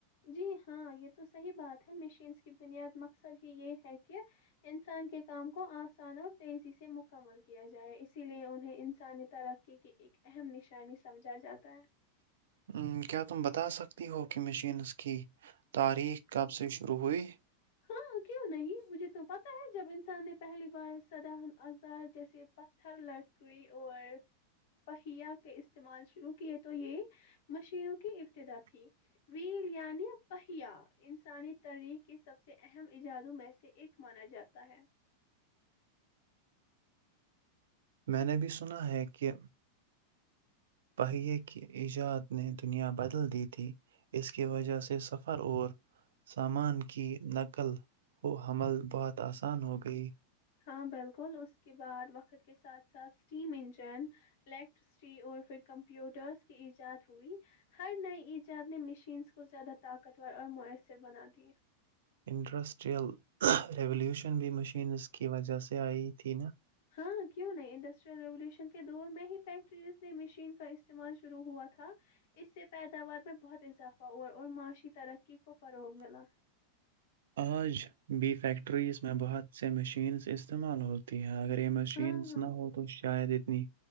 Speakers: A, on the left; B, on the right.
A: جی ہاں یہ تو صحیح بات ہے مشینس کی بنیاد مقصد ہی یہ ہے کہ انسان کے کام کو آسان اور تیزی سے مکمل کیا جائے اسی لیے انہیں انسانی تر قی کی ایک اہم نشانی سمجھا جاتا ہے
B: وں کیا تم بتا سکتی ہو کہ مشینس کی تاریخ کب سے شروع ہوئی
A: ہاں کیوں نہیں مجھے تو پتہ ہے جب انسان نے پہلی بار سدا آوزار جیسے پتھر لکڑی اور پہیا کے استعمال شروع کیے تو یہ مشینوں کی ابتدا تھی ویل یعنی پہیا انسانی تاریخ کی سب سے اہم ایجادوں میں سے ایک مانا جاتا ہے
B: میں نے بھی سنا ہے کہ پہیے کی ایجاد نے دنیا بدل دی تھی اس کی وجہ سے سفر اور سامان کی نقل و حمل بہت آسان ہو گئی
A: ہاں بالکل اس کے بعد وقت کے ساتھ ساتھ اسٹیم انجن الیکٹرسٹی اور پھر کمپیوٹرس کی ایجاد ہوئی ہر نئے ایجاد نے مشینس کو زیادہ طاقتور اور میسر بنا دیے
B: انڈسٹریل ریلیوشن بھی مشینس کی وجہ سے آئی تھی نا
A: ہاں کیوں نہیں انڈسٹریل ریوولوشن کے دور میں ہی فیکٹریز نے مشین کا استعمال شروع ہوا تھا اس سے پیداوار میں بہت اضافہ ہوا اور معاشی ترقی کو فروغ ملا
B: آج بی فییکٹریس میں بہت سے مشینز استعمال ہو ہاں اگر یہ مشینس
A: ہاں ہاں
B: نا ہو تو شاید اتنی